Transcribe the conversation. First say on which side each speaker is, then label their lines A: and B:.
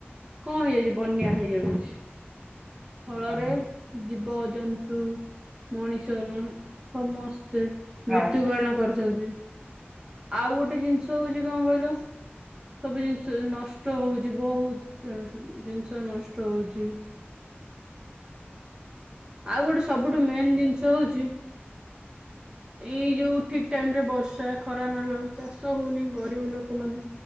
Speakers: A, on the right (about 25°); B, in the centre.
A: କଣ ହେଇଯାଉଛି ବନ୍ୟା ହେଇଯାଉଛି। ଫଳରେ
B: ହଁ ହଁ।
A: ଜୀବ ଜନ୍ତୁ ମଣିଷ ନୁହଁ ସମସ୍ତେ
B: ହଁ
A: ମୃତ୍ୟୁବରଣ କରିଛନ୍ତି। ଆଉ ଗୋଟେ ଜିନିଷ ହଉଛି କଣ କହିଲ? ସବୁ ଜିନିଷ ନଷ୍ଟ ହଉଛି ବୋହୁତ୍ ନ ଜିନିଷ ନଷ୍ଟ ହଉଛି। ଆଉ ଗୋଟେ ସବୁଠୁ ମେନ୍ ଜିନିଷ ହୋଉଛି, ଏଇ ଯୋଉ ଠିକ୍ ଟାଇମ୍ ରେ ବର୍ଷା ଖରା ନହେଲାରୁ ଚାଷ ହଉନି, ଗରିବ ଲୋକମାନେ